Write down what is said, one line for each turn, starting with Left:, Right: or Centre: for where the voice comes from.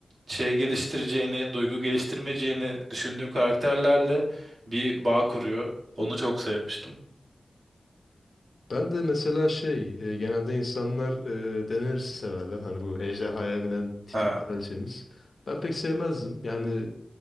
Right: şey geliştireceğini, duygu geliştirmeyeceğini düşündüğüm karakterlerle bir bağ kuruyor. Onu çok sevmiştim.
Left: Ben de mesela şey, e, genelde insanlar e, Daenerys'i severler. Hani bu ejderhaya binen tipik
Right: Ha.
Left: kraliçemiz. Ben pek sevmezdim. Yani